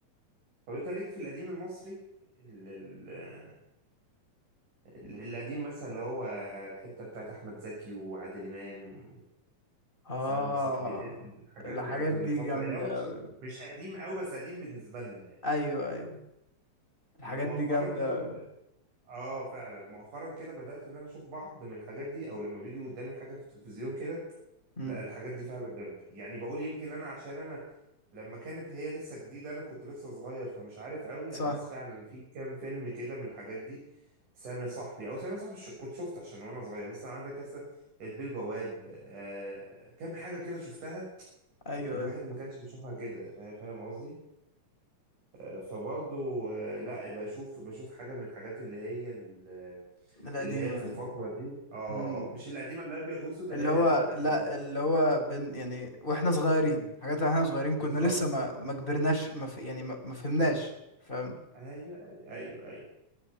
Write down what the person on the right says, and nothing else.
طب انت ليك في القديم المصري ال- ال- ال- القديم مثلا اللي هو الحتة بتاعت احمد زكي وعادل امام
سلام يا صاحبي إيه الحاجات
بتاعت الفترة
اللي هو مش
مش قديم قوي بس قديم بالنسبة لنا يعني
مؤخرا
كده ب...
اه فعلا مؤخرا كده بدأت ان انا اشوف بعض من الحاجات دي او لما بيجي قدامي حاجة في التلفزيون كده
لا الحاجات دي فعلا جامدة يعني بقول يمكن انا عشان انا لما كانت هي لسه جديدة انا كنت لسه صغير فمش عارف قوي
لا بس فعلا في كام فيلم كده من الحاجات دي سامي صاحبي او سامي صاحبي ش- كنت شفته عشان وانا صغير بس عندك مثلا البيه البواب آه كام حاجة كده شفتها
الواحد
ما كانش بيشوفها كده فا- فاهم قصدي آه، فبرضه آه، لا بشوف بشوف حاجه من الحاجات اللي هي ال-
اللي هي في الفتره دي اه آه،
آه، مش القديمه اللي هي ابيض واسود اللي
هي القديمه
ال-
بالظبط
ايوه ايوه ايوه ايوه